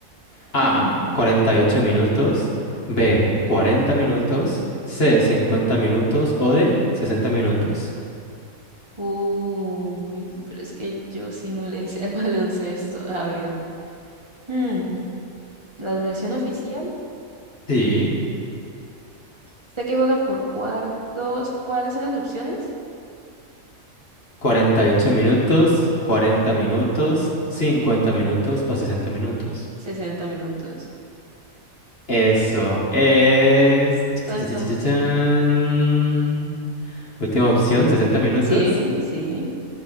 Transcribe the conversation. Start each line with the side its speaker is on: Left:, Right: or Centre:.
Left: A,
Right: Mm.
Left: 48 minutos. B, 40 minutos. C, 50 minutos. O D, 60 minutos.
Right: Uy, pero es que yo sí no le sé al <laughs> baloncesto. A ver, Mm. La duración oficial,
Left: Sí,
Right: sé que juegan por cuartos. ¿Cuáles son las opciones?
Left: 48 minutos, 40 minutos, 50 minutos o 60 minutos.
Right: 60 minutos.
Left: Eso es. cha, cha,
Right: Tan,
Left: cha,
Right: tan.
Left: cha, cha, chan. Última opción, 60 minutos.
Right: Sí, sí.